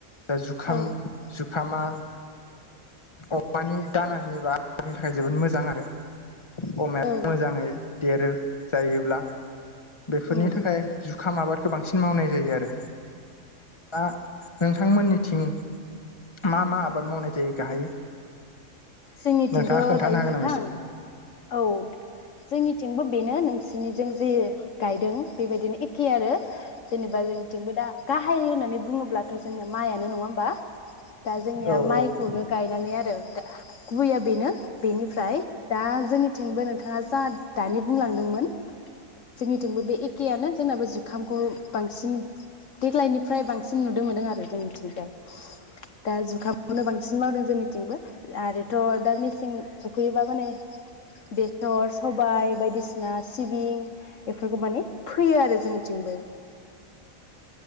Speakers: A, on the left (about 20°); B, on the left (about 65°).
A: दा जुखाम
B: औ
A: जुखामा अमानि दानानि बा आदारनि थाखाय जोबोद मोजां आरो अमा
B: औ
A: मोजाङै देरो जायोब्ला बेफोरनि
B: उम
A: थाखाय
B: उम
A: जुखाम आबादखो बांसिन मावनाय जायो आरो दा नोंथांमोननिथिं मा मा आबाद मावनाय जायो गाहायै
B: जोंनिथिंथ'
A: नोंथाङा खोन्थानो
B: दायो
A: हागोन
B: नोंथां
A: नामा एसे
B: औ जोंनिथिंबो बेनो नोंसिनिजों जे गायदों बेबायदिनो एख खे आरो जेनेबा जोंथिंबो दा गाहाय होननानै बुङोब्लाथ' जोंनिया माइ आनो नङा होमबा दा जोंनिया
A: औ-औ-औ-औ-औ-औ-औ-औ-औ-औ
B: माइखौनो गायनानै आरो गुबैया बेनो बेनिफ्राय दा जोंनिथिंबो नोंथाङा जा दानि बुंलांदोंमोन जोंनिथिंबो बे ए खेयानो जोंनाबो जुखामखौ बांसिन देग्लायनिफ्राय बांसिन नुदो मोनदों आरो जोंनि थिंजाय दा जुखामखौनो बांसिन मावदों जोंनिथिंबो आरोथ' दा मेसें सफैयोबा माने बेसर सबाइ बायदिसि ना सिबिं एफोरखौ माने फोयो आरो जोंथिंबो